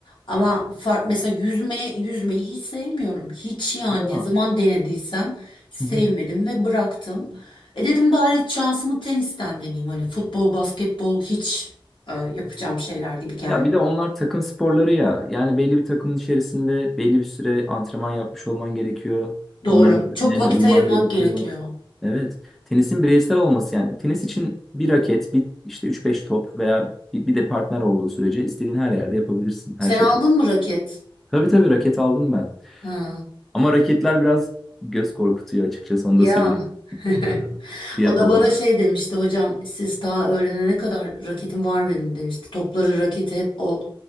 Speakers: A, on the left; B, in the centre.
A: Ama fark, mesela yüzmeye, yüzmeyi hiç sevmiyorum. Hiç yani
B: Ya.
A: ne zaman denediysem sevmedim
B: Hı hı.
A: ve bıraktım. E dedim bari şansımı tenisten deneyeyim. Hani futbol, basketbol hiç e, yapacağım şeyler gibi gelmiyor.
B: Ya bir de onlar takım sporları ya. Yani belli bir takımın içerisinde belli bir süre antrenman yapmış olman gerekiyor.
A: Doğru.
B: Onların düzenlerine
A: Çok vakit
B: uyman
A: ayırmak
B: gerekiyor.
A: gerekiyor.
B: Evet. Tenisin bireysel olması yani. Tenis için bir raket, bir işte üç beş top veya bir, bir de partner olduğu sürece istediğin her yerde yapabilirsin
A: Sen
B: her şekilde.
A: aldın mı raket?
B: Tabii tabii raket aldım ben.
A: Ha.
B: Ama raketler biraz göz korkutuyor açıkçası onu
A: Ya
B: da söyleyeyim.
A: <laughs>
B: Evet. Fiyat
A: o da
B: olarak.
A: bana şey demişti hocam siz daha öğrenene kadar raketim var benim demişti. Topları raketi hep o